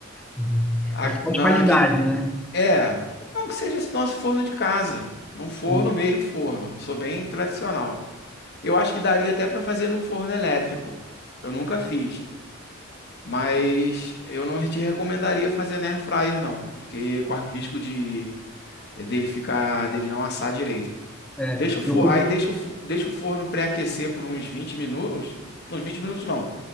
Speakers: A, in the centre; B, on the left.
A: Uhum.
B: A-
A: Pra ficar
B: na,
A: de qualidade,
B: que,
A: né?
B: é, não que seja esse nosso forno de casa. Num
A: Sim.
B: forno mesmo, forno. Eu sou bem tradicional. Eu acho que daria até para fazer num forno elétrico. Eu nunca fiz. Mas eu não te recomendaria fazer na air fryer não, porque corre o risco de eh, dele ficar, dele não assar direito.
A: É,
B: Deixa o forno,
A: eu com...
B: aí deixa o, fo- deixa o forno pré-aquecer por uns 20 minutos, uns 20 minutos não.